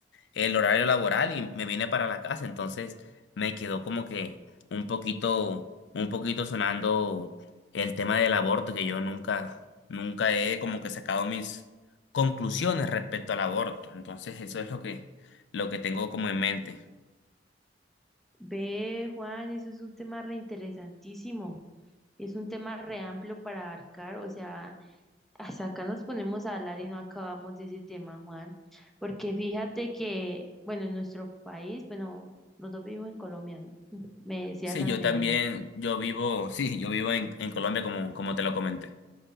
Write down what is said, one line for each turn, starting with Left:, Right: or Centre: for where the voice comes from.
Left: el horario laboral y me vine para la casa, entonces me quedó como que un poquito, un poquito sonando el tema del aborto, que yo nunca, nunca he como que sacado mis conclusiones respecto al aborto. Entonces eso es lo que, lo que tengo como en mente.
Centre: Ve, Juan, eso es un tema reinteresantísimo. Es un tema re amplio para abarcar, o sea, hasta acá nos ponemos a hablar y no acabamos de ese tema, Juan, porque fíjate que, bueno, en nuestro país, bueno, los dos vivimos en Colombia, ¿no? <laughs> Me decías
Left: Sí,
Centre: anteriormente.
Left: yo también, yo vivo, <laughs> sí, yo vivo en, en Colombia como, como te lo comenté.